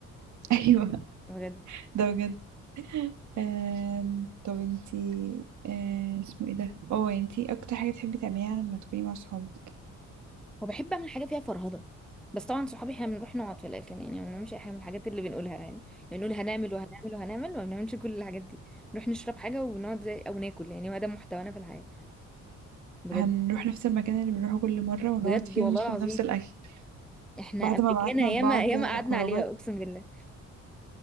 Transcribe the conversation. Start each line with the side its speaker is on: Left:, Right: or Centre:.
Right: <laughs> ايوه
Centre: بجد
Right: ده بجد آم، طب انتي آه، اسمه ايه ده اه انتي اكتر حاجة بتحبي تعمليها لما تكوني مع صحابك
Centre: وبحب اعمل حاجه فيها فرهضه بس طبعا صحابي احنا بنروح نقعد في الاخر يعني ما بنعملش اي حاجه من الحاجات اللي بنقولها يعني يعني بنقول هنعمل وهنعمل وهنعمل وما بنعملش كل الحاجات دي نروح نشرب حاجه ونقعد زي او ناكل يعني هو ده محتوانا في الحياه بجد
Right: هنروح نفس المكان اللي بنروحه كل مرة ونقعد
Centre: بجد
Right: فيه
Centre: والله
Right: ونطلب
Centre: العظيم
Right: نفس الأكل
Centre: احنا
Right: بعد
Centre: امريكانا
Right: ما بعتنا لبعض
Centre: ياما ياما قعدنا
Right: خروجات
Centre: عليها اقسم بالله